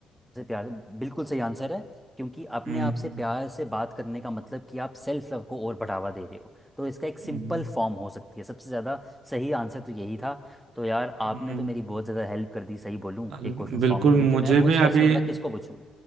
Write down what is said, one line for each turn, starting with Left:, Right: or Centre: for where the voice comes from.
Centre: से प्यार से- बिल्कुल सही आंसर है क्योंकि अपने
Right: हम्म
Centre: आप से प्यार से बात करने का मतलब कि आप सेल्फ लव को और बढ़ावा दे रहे हो तो इसका एक सिंपल
Right: हम्म,
Centre: फॉर्म हो सकती है सबसे ज़्यादा सही आंसर तो यही था तो यार आपने
Right: हम्म,
Centre: तो मेरी बहुत ज़्यादा हेल्प कर दी सही बोलूँ
Right: अरे
Centre: एक क्वेश्चन
Right: बिल्कुल
Centre: फॉर्म करने क्योंकि
Right: मुझे
Centre: मैं बहुत
Right: भी
Centre: स्ट्रेस
Right: अभी
Centre: हो रहा था किसको पूछूँ